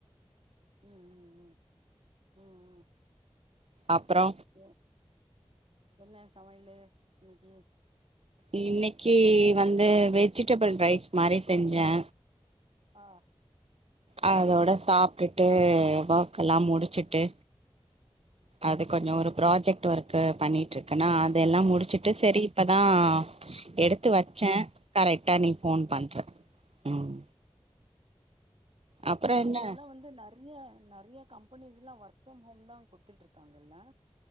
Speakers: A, on the right (about 65°); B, on the right (about 80°).
A: ம் ம் ம் ம் ம்
B: அப்றோ
A: எ என்ன சமையலு இன்னைக்கி
B: இன்னைக்கி வந்து வெஜிடபிள் ரைஸ் மாரி செஞ்சே
A: ஆ
B: அதோட சாப்டுட்டு வாக்ல்லா முடிச்சுட்டு
A: ம்
B: அது கொஞ்சோ ஒரு ப்ராஜெக்ட் ஒர்க்க்கு பண்ணிட்டு இருக்கனா அதெல்லா முடிச்சுட்டு
A: ம்
B: சரி இப்பதா எடுத்து
A: ம்
B: வச்சே கரெக்டா நீ ஃபோன் பன்ற ம் அப்புறோ
A: ஆனா இப்பெல்லா
B: என்ன
A: வந்து நெறைய நெறைய கம்பெனிஸ்லா ஒர்க் ஃப்ரம் ஹோம் தா குடுத்துட்ருக்காங்கல்ல